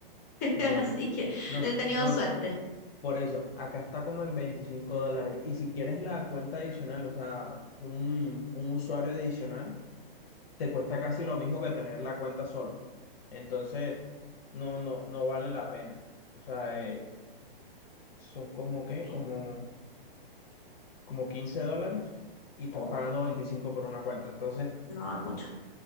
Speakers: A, on the left; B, on the left.
A: <laughs>
B: Bueno,
A: Así que
B: no
A: he tenido
B: nos,
A: suerte.
B: por eso, acá está como en 25 dólares. Y si quieres la cuenta adicional, o sea, un, un usuario adicional, te cuesta casi lo mismo que tener la cuenta solo. Entonces, no, no, no vale la pena. O sea, eh, son como qué,
A: Sí.
B: como, como 15 dólares y estás
A: Oh,
B: pagando 25 por una cuenta. Entonces,
A: no, es mucho.